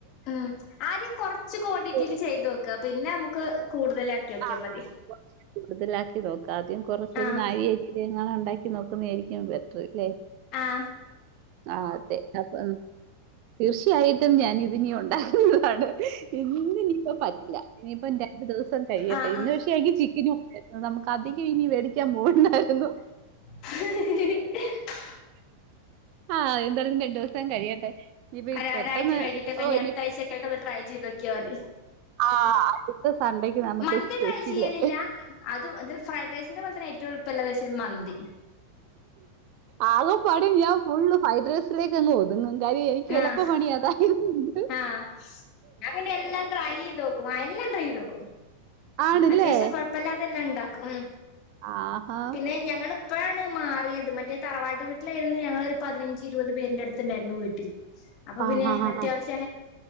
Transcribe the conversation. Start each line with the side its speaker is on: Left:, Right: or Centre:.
Left: ഉം ആദ്യം കൊറച്ച് ക്വാണ്ടിറ്റിൽ
Right: പോകും.
Left: ചെയ്ത് നോക്ക പിന്നെ നമുക്ക് കൂടുതല് ആക്കിയൊക്കിയ
Right: ആഹ്
Left: മതി
Right: കുറച്ച് കൂടുതലാക്കി നോക്കുക ആദ്യം കുറച്ചരു
Left: ആഹ്
Right: നായരി ലങ്ങാനും ഉണ്ടാക്കി നോക്കുന്നതായിരിക്കും ബെറ്റർ അല്ലേ.
Left: ആഹ്
Right: ആ അതെ അപ്പൊ തീർച്ചയായിട്ടും ഞാൻ ഇതിനി ഉണ്ടകുന്നതാണ്. ഇന്ന് ഇനിയിപ്പം പറ്റില്ല ഇനിയിപ്പം രണ്ടു ദിവസം കഴിയട്ടെ
Left: ആഹ്
Right: ഇന്ന്
Left: ആഹ്
Right: പക്ഷെ അനിക്ക് ചിക്കൻ നമുക്ക് അധികം ഇനി മേടിക്കാൻ പോകണ്ടായിരുന്നു.
Left: <inaudible>
Right: ആഹ് എന്തായാലും രണ്ടു ദിവസ കഴിയട്ടെ? ഇനിയിപ്പ
Left: ആരാഴ്ചഴിട്ട്
Right: ഈ പെട്ടെന്ന്
Left: കഴിഞ്ഞ
Right: ഓഹ്!
Left: അടുത്തഴ്ചയക്ക ആയിട്ട അത് ട്രൈ ചെയ്നോക്കിയൽ മതി.
Right: ആ അടുത്തെ സൺണ്ടേക്ക് നമുക്ക്
Left: മന്തി
Right: സ്പെഷ്യല്.
Left: ട്രൈ ചെയ്യലില്ല അത് അത് ഫ്രൈഡ് റൈസിന്റെ പോലെ തന്നെ ഏറ്റവും എളുപ്പമുള്ള പശം മന്തി.
Right: അക പാടൊ ഞാൻ ഫുള് ബൈഡ്രസിലേക്ക്ങ്ങ് ഒതുങ്ങും കാര്യം എനിക്ക്
Left: ആഹ്
Right: എളുപ്പമണി അതായിരൂനു.
Left: ആഹ് ഞാൻ ഇനി എല്ലാം ട്രൈത്ക്കും ആ എല്ലാം ട്രൈ ചെയ് തോക്കും.
Right: ആണല്ലേ?
Left: അത്യാവശ്യം കൊഴപ്പില്ലാതെല്ലാം ഉണ്ടാക്കും. ഉ
Right: ആഹാ!
Left: പിന്നെ ഞങ്ങൾഇപ്പോളണ്. മാറിയത് മറ്റേ തറവാട്ട് വീട്ടിലായിരുന്നു. ഞങ്ങരു പതിനഞ്ച് ഇരുപത് പേരിന്റെ അടുത്തുണ്ടായിരുന്നു വീട്ടിൽ. അപ്പൊ
Right: ആഹ്
Left: പിന്നെ
Right: ആഹ് ആഹ്
Left: അത്യാവശ്യ
Right: ആഹ്